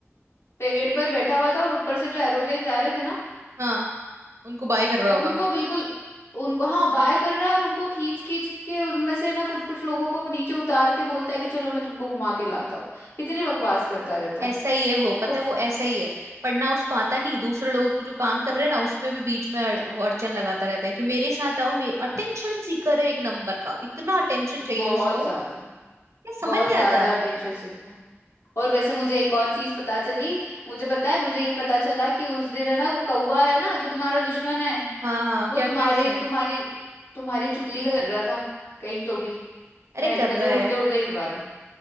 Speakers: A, on the left; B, on the right.
A: पेड़ पर बैठा हुआ था और ऊपर से जो एरोप्लेन जा रहे थे ना
B: हाँ उनको बाय कर रहा होगा
A: उनको बिल्कुल उनको हाँ बाय कर रहा है और उनको खींच खींच के उनमें से ना कुछ कुछ लोगों को नीचे उतार के बोलता है कि चलो मैं तुमको घुमा के लाता हूँ इतनी बकवास करता रहता
B: ऐसा
A: है
B: ही है वो पता
A: लोग
B: है वो ऐसा ही है पढ़ना उसको आता नहीं दूसरे लोग जो काम कर रहे हैं ना उसमें भी बीच में अड़, वो अड़चन लगाता रहता है कि मेरे साथ आओ मेरे अटेंशन सीकर है एक नंबर का इतना अटेंशन चाहिए
A: बहुत
B: उसको
A: ज्यादा
B: ये समझ
A: बहुत
B: नहीं
A: ज्यादा
B: आता
A: अटेंशन सीखा है और वैसे मुझे एक और चीज पता चली मुझे
B: हम्म।
A: पता है मुझे ये पता चला कि उस दिन है ना वो कौवा है ना जो तुम्हारा दुश्मन है
B: हाँ हाँ क्या
A: वो तुम्हारे
B: किया उसने
A: तुम्हारी तुम्हारी चुगली कर रहा था कहीं तो भी
B: अरे
A: मैं
B: कर
A: मुझे
B: रहा
A: उड़ते
B: है
A: उड़ते ये बात है